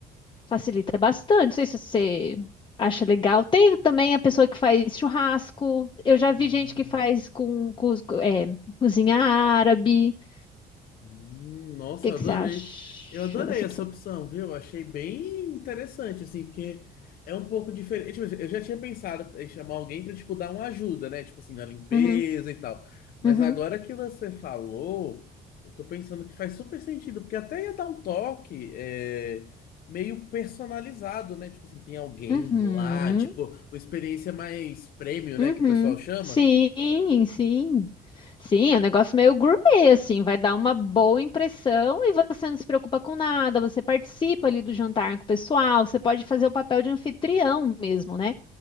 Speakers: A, on the left (about 30°); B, on the left (about 60°).
A: facilita bastante. Não sei se você acha legal. Tem também a pessoa que faz churrasco. Eu já vi
B: Hum.
A: gente que faz com, cus- é, cozinha árabe. O
B: Hum, Nossa,
A: que
B: eu
A: que
B: adorei.
A: você acha
B: Eu adorei
A: dessa
B: essa
A: opção?
B: opção, viu? Achei bem interessante, assim, porque é um pouco diferente. Tipo assim, Eu já tinha pensado em chamar alguém pra, tipo, dar uma ajuda, né? Tipo assim, na limpeza
A: Uhum,
B: e tal. Mas
A: uhum,
B: agora que você falou, eu tô pensando que faz super sentido, porque até ia dar um toque é, meio personalizado, né? Tipo assim, tem alguém
A: uhum.
B: lá, tipo, uma experiência mais premium,
A: Uhum.
B: né? Que o pessoal chama.
A: Sim, sim. Sim, é um negócio meio gourmet, assim, vai dar uma boa impressão e você não se preocupa com nada, você participa ali do jantar com o pessoal, você pode fazer o papel de anfitrião mesmo, né?